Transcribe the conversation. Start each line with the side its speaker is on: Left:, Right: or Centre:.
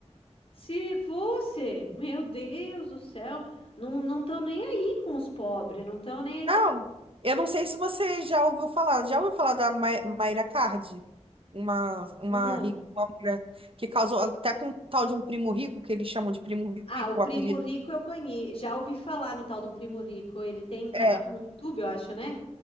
Left: Se fosse, meu Deus do céu, não não estão nem aí com os pobres, não estão nem aí.
Right: Não, eu não sei se você já ouviu falar. Já ouviu falar da Mai- Mayra Card? Uma, uma,
Left: Não.
Right: rica, uma mulher que casou até com um tal de um primo rico, que eles chamam de primo
Left: Ah,
Right: rico,
Left: o Primo
Right: o apelido.
Left: Rico eu conheço. Já ouvi falar no tal do Primo Rico. Ele tem canal
Right: É,
Left: no YouTube, eu acho, né?